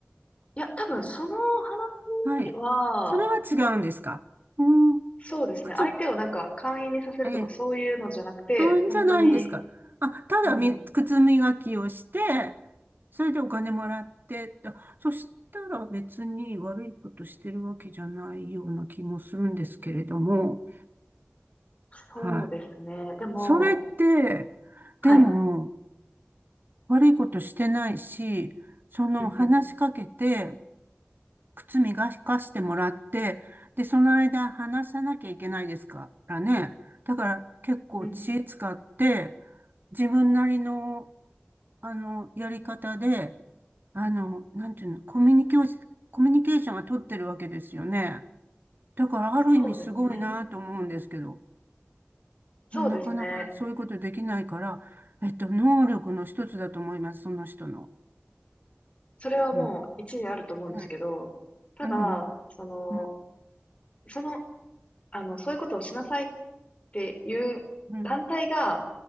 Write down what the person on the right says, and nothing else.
はい。
それは違うんですかうん。
靴、
ええ、そうんじゃないんですかあ、
ただみ、
靴磨きをして、それでお金もらって、あそしたら別に悪いことしてるわけじゃないような気もするんですけれども、
はい。
それって、
でも、悪いことしてないし、その話しかけて、
靴磨かしてもらって、で、その間話さなきゃいけないですからね。だから結構知恵使って、
自分なりの、あの、やり方で、あの、なんていうの、コミュニケーション、コミュニケーションは取ってるわけですよね。だからある意味すごいなと思うんですけど、
なかなかそういうことできないから、えっと、能力の一つだと思います、その人の。
うん。ね
うん。
うん。
うん。